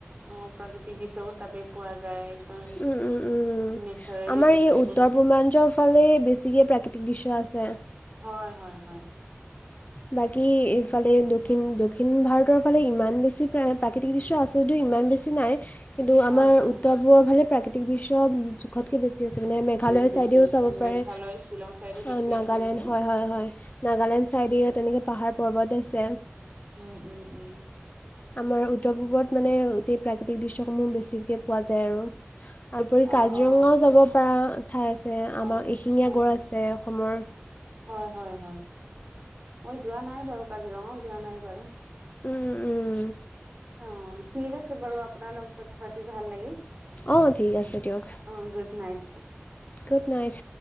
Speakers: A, on the right (about 35°); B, on the left (about 35°).
A: অ প্ৰাকৃতিক দৃশ্যবোৰ তাতে পোৱা যায় একদম
B: উম-উম-উম
A: নেচাৰেলি
B: আমাৰ
A: বস্তুবোৰ
B: এই উত্তৰ-পূৰ্বাঞ্চল, ফালে বেছিকৈ প্ৰাকৃতিক দৃশ্য আছে।
A: হয়-হয়-হয়,
B: বাকী এইফালে দক্ষিণ-দক্ষিণ ভাৰতৰ ফালে ইমান বেছি প্ৰায়, প্ৰাকৃতিক দৃশ্য আচলতেও ইমান বেছি নাই। কিন্তু
A: হয়
B: আমাৰ
A: হয়
B: উত্তৰ পূৰবৰ ফালে প্ৰাকৃতিক দৃশ্য জোখতকৈ বেছি। ঠিক আছে মানে মেঘালয়ৰ
A: উম বেছি
B: ছাইডেও
A: আছে
B: চাব পাৰে
A: মেঘালয় শ্বিলং চাইডে বেছি
B: অ নাগালেণ্ড
A: আছে নেকি
B: হয়-হয়-হয়। নাগালেণ্ড ছাইডেও তেনেকৈ পাহাৰ পৰ্বত আছে।
A: উম-উম-উম।
B: আমাৰ উত্তৰ পূৰ্বত মানে গোটেই প্ৰাকৃতিক দৃশ্যসমূহ বেছিকৈ পোৱা যায় আৰু। তাৰপৰি
A: অ
B: কাজিৰঙাও
A: অ
B: যাব পৰা। ঠাই আছে, আমাৰ
A: অ
B: এশিঙীয়া
A: অ অ
B: গড় আছে, অসমৰ।
A: হয় হয় হয় মই যোৱা নাই বাৰু কাজিৰঙও যোৱা নাই বাৰু।
B: উম-উম,
A: অ' ঠিক আছে বাৰু আপোনাৰ লগত কথা পাতি ভাল লাগিল।
B: অঁ ঠিক আছে দিয়ক
A: অ' গুত নাইট।
B: Good night.